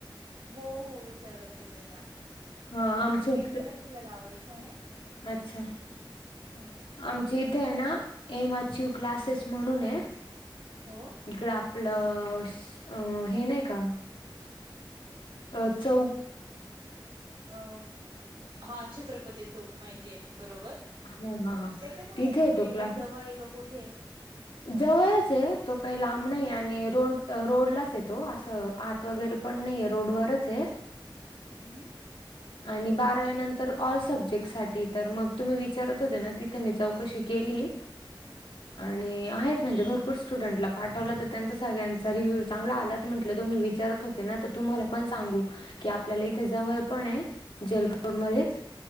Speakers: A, on the right; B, on the left.
A: हो हो विचारत होते ना
B: हा
A: माझी लहनी
B: आमच्या इकडे
A: बहिण आहे ना तिला लावायचं आहे
B: अच्छा
A: हो
B: आमची इथे आहे ना एम अचीव क्लासेस म्हणून आहे
A: हा
B: इकड आपलं अ हे नाही का अ चौ
A: अ हा छत्रपती चौक माहिती आहे बरोबर त्याचे
B: हा हा हा
A: कुठे
B: तिथे
A: नक्की
B: येतो
A: म्हणजे
B: क्लासेस
A: जवळ आहे ग कुठे
B: जवळच आहे तो काही लांब नाही आणि रोड रोडलाच आहे तो असं आत वगैरे पण नाहीे रोडवररच आहे
A: हम्म
B: आणि बारानंतर ऑल सब्जेक्ट सासाठी तर मग तुम्ही विचारत होते ना तिथे मी चौकशी केली आणि आहेत म्हणजे भरपूर स्टुडंटला पाठवलं तर त्यांचा सगळ्यांचा रिव्ह्यू चांगला आलात म्हटलं तुम्ही विचारत हो ते ना आता तुम्हाला पण सांगू की आपल्याला इथे जवळ पण आहे. जेल रोड मध्येच